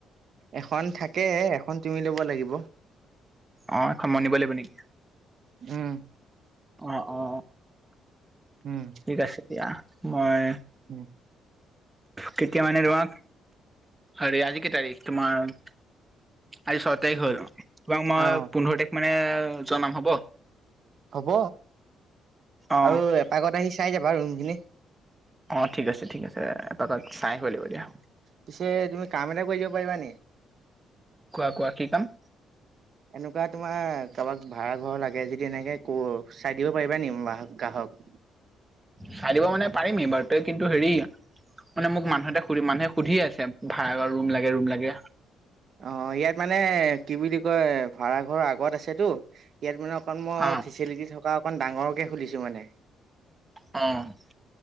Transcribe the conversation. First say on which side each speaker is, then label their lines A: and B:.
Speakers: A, on the right (about 55°); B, on the right (about 15°).
A: এখন থাকে এখন তুমি ল'ব লাগিব।
B: অঁ এখন মই নিব লাগিব নেকি?
A: উম।
B: অ', অ'।
A: উম।
B: ঠিক আছে দিয়া। মই
A: উম।
B: কেতিয়া মানে তোমক? হেৰি আজি কি তাৰিখ? তোমাৰ আজি ছয় তাৰিখ হ'ল তোমাক মই
A: অ
B: পোন্ধৰ তাৰিখ মানে জনাম হ'ব।
A: হ'ব
B: অ
A: আৰু এপকত আহি চাই যাবা ৰুমখিনি?
B: অ' ঠিক আছে ঠিক আছে, এপাকত চাই আহিব লাগিব দিয়া।
A: পিছে তুমি কাম এটা কৰি দ পাৰিবা নিকি?
B: কোৱা কোৱা কি কাম?
A: এনেকুৱা তোমাৰ কাৰোবাক ভাড়া ঘৰ লাগে যদি এনেকে ক চাই দিব পাৰিবা নেকি গ্ৰাহক?
B: চাই দিব মানে পাৰিমেই বাৰু, তই কিন্তু হেৰি মানে মোক মানুহ এটাই সুধি মানুহে সুধি আছে ভাড়াৰ ৰুম লাগে ৰুম লাগে।
A: অ' ইয়াত মানে কি বুলি কয় ভাড়াঘৰৰ আগত আছেতো ইয়াত মানে অকণ মই
B: অ
A: ফেচিলিটি থকা অকণ ডাঙৰকৈ খুলিছোঁ মানে।
B: অ'।